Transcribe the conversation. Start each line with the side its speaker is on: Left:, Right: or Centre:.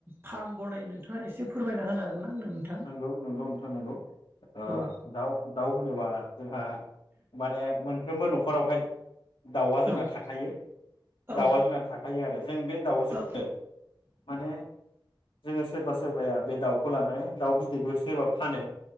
Right: फार्म बनायो नोंथाङा एसे फोरमायना होनो हागोन ना आंनो नोंथां
Left: नोंगौ नोंगौ नोंथां नोंगौ ओ
Right: औ
Left: दाउ, दाउ होनोबा जोंहा माने मोनफ्रोमबो न' खरावहाय दाउआ जोंना
Right: औ
Left: थाखायो दाउआ
Right: औ
Left: जोंना थाखायो आरो जों बे दाउजोंनो
Right: औ
Left: माने जोङो सोरबा सोरबाया बे दाउखौ लानानै दाउ बिदैबो सोरबा फानो